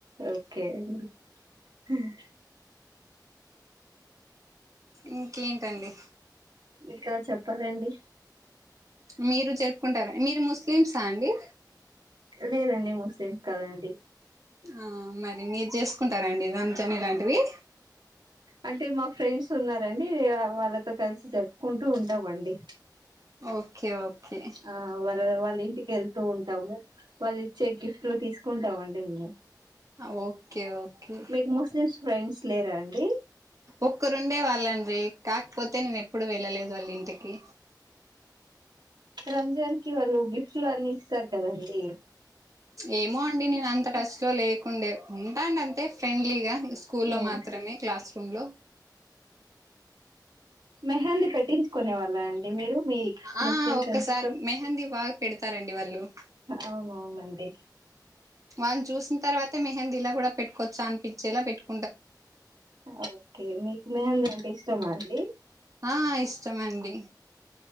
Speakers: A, on the right; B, on the right.
A: ఒకే అండి మ్
B: ఇంకేంటండి
A: ఇంకా చెప్పలండి
B: మీరు జెర్పుకుంటార మీరు ముస్లిమ్సా అండి
A: లేదండి ముస్లిమ్స్ కదండి
B: ఆ మరి మీరు జెస్కుంటారండి రంజాన్ ఇలాంటివి
A: అంటే మా ఫ్రెండ్స్ ఉన్నారండి వాళ్లతో కలిసి జరుపుకుంటూ ఉంటాం అండి
B: ఓకే ఓకే
A: ఆ వర వాలిం ఇంటికెళ్తూ ఉంటాము వాల్ ఇచ్చే గిఫ్టలు తీసుకుంటాం అండి మేము
B: ఓకే ఓకే
A: మీకు ముస్లిమ్స్ ఫ్రెండ్స్ లేరా అండి
B: ఒక్కరుండే వాళ్ళండ్రి కాకపోతే నేను ఎప్పుడు వెళ్ళలేదు వాళ్ళ ఇంటికి
A: రంజాన్ కి వాళ్ళు గిఫ్ట్లు అన్ని ఇసర్ కదండీ
B: ఏమో అండి నేన్ అంత టచ్ లో లేకుండే మ్ టన్ అంతే ఫ్రెండ్లీగా స్కూల్ లో
A: ఉమ్
B: మాత్రమే క్లాస్ రూమ్ లో
A: మేహింది పెట్టించుకునే వాళ్ళ అం మీరు మీ
B: ఆ
A: ముస్లిం
B: ఒక్కసారి
A: ఫ్రెండ్స్ తో
B: మెహందీ బాగా పెడతారండి వాళ్ళు
A: అవునవును అంతే
B: వాళ్ళు చూసిన తర్వాతే మేహింది ఇలా కూడా పెటుకోవచ్చు అనిపించేలా పెట్టుక్
A: అ ఒకే మీకు మేహింది అంటే ఇష్టమా అండి
B: ఆ ఇష్టమండి